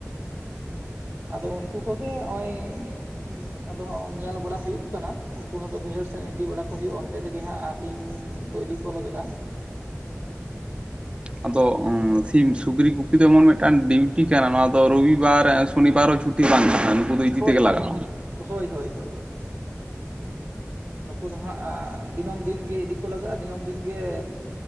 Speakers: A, on the right; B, on the right.
A: ᱟᱫᱚ ᱩᱱᱠᱩ ᱠᱚᱜᱮ ᱚᱸᱭ ᱩᱸ ᱟᱫᱚ ᱧᱮᱞ ᱵᱟᱲᱟ ᱦᱩᱭᱩᱜ ᱠᱟᱱᱟ ᱩᱱᱠᱩ ᱦᱚᱸᱫᱚ ᱵᱟᱹᱭᱦᱟᱹᱲ ᱥᱮᱱ ᱤᱫᱤ ᱵᱟᱲᱟ ᱠᱚ ᱦᱩᱭᱩᱜᱼᱟ ᱚᱱᱛᱮ ᱛᱮᱜᱮ ᱦᱟᱸᱜ ᱛᱤᱧ ᱠᱚ ᱤᱫᱤ ᱠᱚ ᱞᱟᱜᱟᱜᱼᱟ
B: ᱟᱫᱚ ᱥᱤᱢ ᱥᱩᱠᱨᱤ ᱠᱩᱯᱤ ᱫᱚ ᱮᱢᱚᱱ ᱢᱤᱫᱴᱟᱝ ᱰᱤᱩᱴᱤ ᱠᱟᱱᱟ ᱱᱚᱣᱟ ᱫᱚ ᱨᱚᱵᱤᱵᱟᱨ ᱥᱚᱱᱤ ᱵᱟᱨᱦᱚᱸ ᱪᱷᱩᱴᱤ ᱵᱟᱸᱝ ᱛᱟᱦᱮᱱᱟ ᱫᱚ ᱤᱫᱤ
A: ᱦᱳᱭ
B: ᱛᱮᱜᱮ
A: ᱦᱳᱭ
B: ᱞᱟᱜᱟᱜᱼᱟ
A: ᱦᱳᱭ ᱦᱳᱭ ᱦᱳᱭ ᱱᱩᱠᱩ ᱫᱚ ᱦᱟᱸᱜ ᱫᱤᱱᱟᱹᱢ ᱫᱤᱱᱜ ᱤᱫᱤ ᱠᱚ ᱞᱟᱜᱟᱜᱼᱟ ᱫᱤᱱᱟᱹᱢ ᱫᱤᱱᱜᱮ